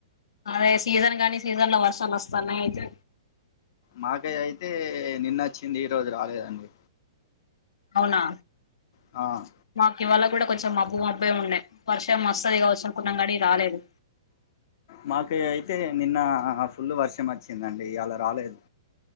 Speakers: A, on the left; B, on the left.
A: అదే సీజన్ గానీ సీజన్ లో వర్షాలు వస్తున్నాయి అయితే
B: మాకే అయితే నిన్న వచ్చింది ఈ రోజు రాలేదండి
A: అవునా
B: ఆ
A: మాకు ఇవాళ కూడా కొంచెం మబ్బు మబ్బే ఉన్నాయి వర్షం వస్తది కావచ్చు అనుకున్నాం కానీ రాలేదు
B: మాకు అయితే నిన్న ఫుల్ వర్షం వచ్చిందండి ఇయాల రాలేదు